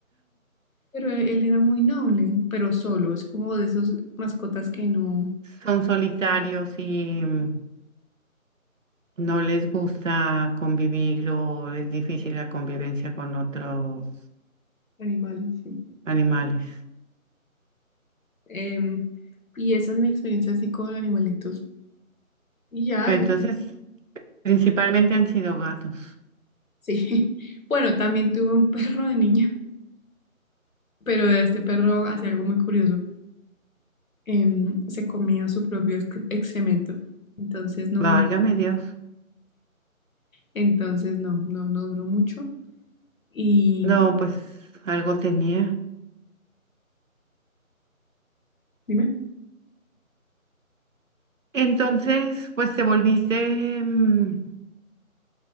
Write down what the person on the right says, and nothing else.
Son solitarios y mm, no les gusta convivir o es difícil la convivencia con otros
animales.
entonces,
principalmente han sido gatos.
Válgame
Dios.
No, pues algo tenía.
Entonces, pues te volviste, mm,